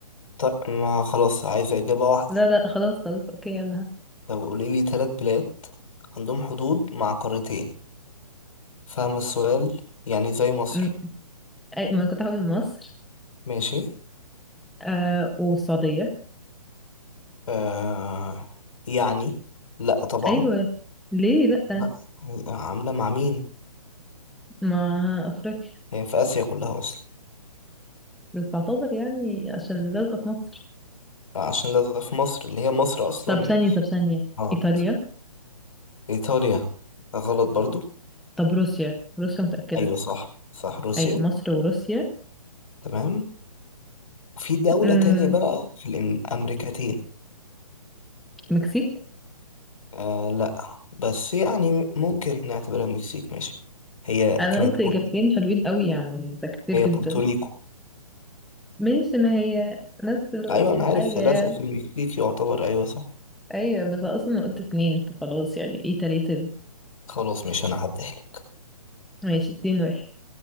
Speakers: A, on the left; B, in the centre.
A: طيب ما خلاص عايزة اجابة واحدة
B: لا لا خلاص خلاص اوكي يلا
A: طب قوليلي تلات بلاد عندهم حدود مع قارتين فاهمة السؤال؟ يعني زي مصر
B: م- أي ما كنت هقول مصر
A: ماشي
B: آه والسعودية
A: آه يعني لا طبعا
B: ايوه ليه لا
A: لا عاملة مع مين؟
B: ما افريقيا
A: هي في آسيا كلها أصلا
B: بس بعتذر يعني عشان لازقة في مصر
A: لا، عشان لازم في مصر اللي هي مصر أصلا
B: طب ثانية طب ثانية
A: غلط
B: إيطاليا
A: إيطاليا غلط برضو
B: طب روسيا روسيا متأكدة
A: أيوة صح صح روسيا
B: أيوة مصر وروسيا
A: تمام في دولة
B: امم
A: تانية بقى في الأمريكتين
B: مكسيك
A: آه لا بس يعني ممكن نعتبرها المكسيك ماشي هي
B: أنا
A: كانت
B: قلت
A: بورتو...
B: إجابتين حلوين قوي يعني ده كتير
A: هي
B: جدا
A: بورتوريكو
B: ماشي ما هي نفس الحاجة
A: أيوة أنا عارف لازقة
B: يعني
A: في المكسيك يعتبر أيوة صح
B: أيوة بس أصلا أنا قلت اتنين فخلاص يعني إيه تلاتة دي
A: خلاص مش أنا هعديها لك
B: ماشي اتنين واحد